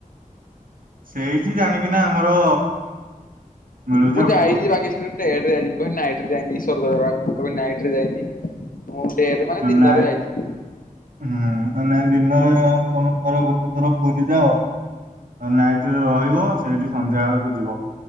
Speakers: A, on the right; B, on the left.
A: ସେଇଠି ଜାଣିକିନା ଆମର। ମିଳୁଛି
B: ମୁଁ
A: ଅକ୍ଟୋପସ
B: ଯାଇଛି ବାକି ସେ ଡେ ରେ ଯାଇଛି। ମୁଁ ନାଇଟ ରେ ଯାଇନି ସ୍ୱର୍ଗଦ୍ୱାର ଆଗକୁ। କେବେ ନାଇଟ ରେ ଯାଇନି। ମୁଁ ଡେରେ ମାନେ ଦିନରେ
A: ନାଇ
B: ଯାଇଛି।
A: ହୁଁ ଉଁ ନାଇଁ ଦିନରେ ତମେ ଥର ଗୋଟେ ଥର ପୁରୀ ଯାଅ। ନାଇଟରେ ରହିବ ସେଇଠି ସନ୍ଧ୍ୟା ବେଳକୁ ଯିବ।